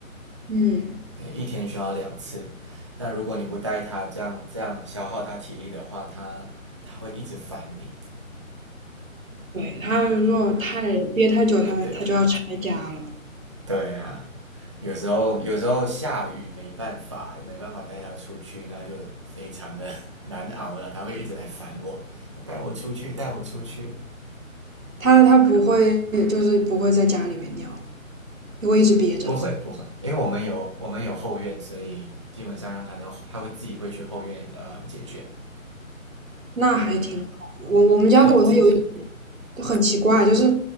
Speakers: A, on the right (about 70°); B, on the right (about 20°).
A: 嗯，
B: 对，一天需要两次，但如果你不带它，这样这样消耗它体力的话，它它会一直烦你。
A: 对，它如果太憋太久，它它就要拆家了。
B: 对，对呀、有时候有时候下雨没办法，没办法带它出去，那就非常的 <laughs> 难熬了。它会一直来烦我，带我出去，带我出去。
A: 它它不会，就是不会在家里面尿，因为一直憋着，
B: 不会不会，因为我们有我们有后院，所以基本上让它到，它会自己会去后院啊解决。
A: 那还挺好的。
B: 对
A: 我我们家狗它有一
B: 对，这
A: 很奇怪，就是